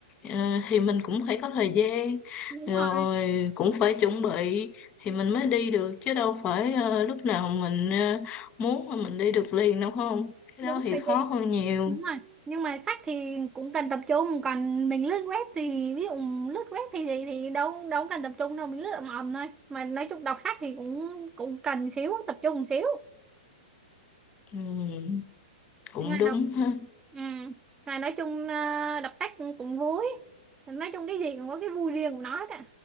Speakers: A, on the left; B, on the right.
A: ờ, thì mình cũng phải có thời gian
B: đúng
A: rồi
B: rồi
A: cũng phải chuẩn bị thì mình mới đi được chứ đâu phải ờ, lúc nào mình ờ, muốn mà mình đi được liền đâu không cái
B: đúng
A: đó thì
B: rồi
A: khó
B: chị
A: hơn nhiều
B: đúng rồi nhưng mà sách thì cũng cần tập trung còn mình lướt web thì ví dụ lướt web thì thì, thì đâu đâu cần tập trung đâu mình lướt ầm ầm thôi mà nói chung đọc sách thì cũng cũng cần xíu tập trung xíu
A: Ừm, cũng
B: Hay là
A: đúng
B: đọc
A: ha
B: ừ. Hay nói chung ờ, đọc sách cũng, cũng vui nói chung cái gì cũng có cái vui riêng của nó đó